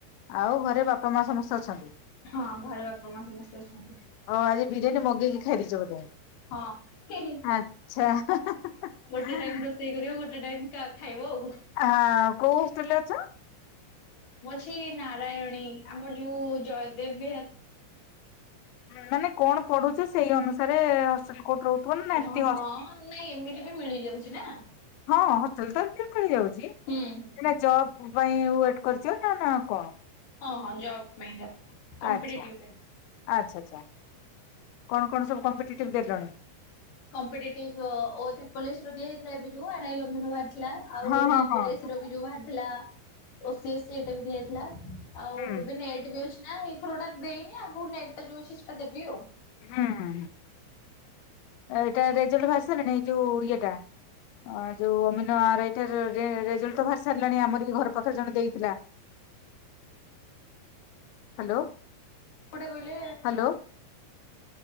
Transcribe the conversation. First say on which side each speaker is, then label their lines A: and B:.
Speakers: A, on the left (about 80°); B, on the left (about 50°).
A: ଆଉ ଘରେ ବାପା ମା ସମସ୍ତେ ଅଛନ୍ତି
B: ହଁ ଘରେ ବାପା ମା ସମସ୍ତେ ଅଛନ୍ତି।
A: ଆଉ ଆଜି ବିରୀୟାନି ମଗେଇକି ଖାଇଦେଇଚ ବଧେ
B: ହଁ ହିଁ ହିଁ
A: ଆଚ୍ଛା ହା ହା
B: ଗୋଟେ
A: ହା
B: ଟାଇମ
A: ଆ।
B: ରୋଷେଇ କରିବ ଗୋଟେ ଟାଇମ କା ଖାଇବ ଆଉ।
A: ଆଁ କୋଉ ହଷ୍ଟେଲରେ ଅଛ।
B: ମୁଁ ଅଛି ନାରାୟଣୀ ଆମର ଯୋଉ ଜୟଦେବ ବିହାର।
A: ମାନେ କଣ ପଢୁଛ ସେଇ ଅନୁସାରେ ହ ହଷ୍ଟେଲ କଉଠି ରହୁଥିବ ନାଁ ଏମିତି
B: ହଁ
A: ହଷ
B: ହଁ ନାଇଁ ଏମିତି ବି ମିଳିଯାଉଛି ନା
A: ହଁ ହ ଟେଲ ତ ସେଠି ମିଳି ଯାଉଚି ମାନେ
B: ହୁଁ ହୁଁ ହୁଁ।
A: ଜବ ପାଇଁ ୱେଟ କରିଚ ନା ନା କଣ।
B: ହଁ ହଁ ଜବ୍ ପାଇଁ କା। କମ୍ପିଟେଟିଭ
A: ଆଚ୍ଛା ଆଚ୍ଛାଚ୍ଛା। କଣ କଣ ସବୁ କମ୍ପିଟିଟିଭ ଦେଲଣି?
B: କମ୍ପିଟିଟିଭ ଓ ଓ ତ୍ରିପଲ୍ ଏ ସି ର ଦିଆହେଇଥିଲା ଏବେ ଯୋଉ ଆର ଆଇ ଅମିନ୍ ବା ଥିଲା ଆଉ
A: ହଁ
B: ଓ
A: ହଁ
B: ଡବଲ
A: ହଁ
B: ଏ ସି ର ବି ଯୋଉ ବାହାରିଥିଲା ଓ ସି ଏ ସି ଏଟା ବି ଦିଆହେଇଥିଲା। ଆଉ
A: ହୁଁ
B: ଏବେ ନେଟ ବି ଅଛି ନା ଏଇଥରକ ଟା ଦେଇନି ଆଗକୁ ନେଟ ଟା ଯୋଉ ଅଛି ସେଇଟା ଦେବି ଆଉ।
A: ହୁଁ ହଁ ଏଇଟା ରେଜଲ୍ଟ ବାହାରି ସାରିଲାଣି ଏଇ ଯୋଉ ଇଏଟା। ଯୋଉ ଅମିନ ଆରାଇ <unintelligible> ରେଜଲ୍ଟ ତ ବାହାରି ସାରିଲାଣି ଆମର ଘର ପାଖରେ ଜଣେ ଦେଇଥିଲା। ହ୍ୟାଲୋ।
B: କୋଉଟା କହିଲେ
A: ହ୍ୟାଲୋ